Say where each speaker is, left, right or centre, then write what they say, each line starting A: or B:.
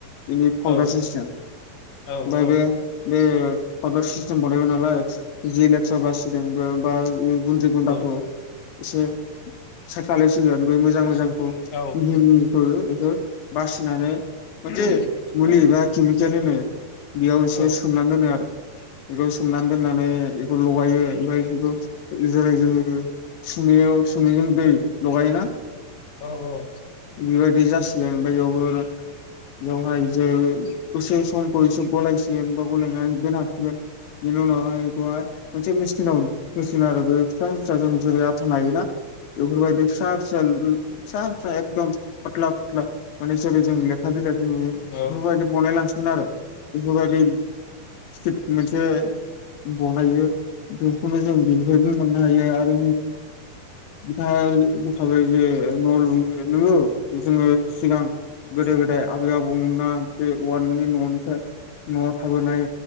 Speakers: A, on the left; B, on the left.
A: बिनि फावडार
B: औ
A: सिस्टेम ओमफ्राय
B: औ औ
A: बे बे पावदार सिस्टेम बानायबाय नालाय जि लेथारा बासिदों बे बा गुन्द्रि गुन्दाखौ
B: औ
A: एसे सायड खालायसिगोन बै मोजां मोजांखौ
B: औ
A: मिहि मिहि एखौ बासिनानै
B: औ
A: मोनसे मुलि बि केमिकेल होनो बेयाव एसे
B: औ
A: सोमनानै दोनो आरो बेखौ सोमनानै दोननानै लगायो ओमफ्राय बेखौ जेरै जोङो सुनैयाव सुनैजों दै लगायोना
B: औ औ
A: बेबायदि जासिगोन ओमफाय बेयावबो बेवहाय जे दसे समखौ एसे गलायसिगोन बा गलायनानै दोनहाबसिगोन बेनि उनावहाय बेखौहाय मोनसे मेसिनाव होसिगोन आरो बे फिसा फिसाजों जेरै नायोना बेफोरबायदि फिसा फिसा फिसा फिसा एकदम फाटला फाटला माने जेरै जोङो लेखा बिलाइ खौ नुयो बेफोरबायदि
B: औ
A: बनायलांसिगोन आरो बेफोरबायदि टिप मोनसे बनायो बेखौनो जों बेनिफ्रायबो मोननो हायो आरो बिथाङा बुंखाबाय जे न' लु ओ नोंगौ जोङो सिगां गोदो गोदाय आबै आबौमोनहा बे औवानि नवावनो न'आव थाबोनाय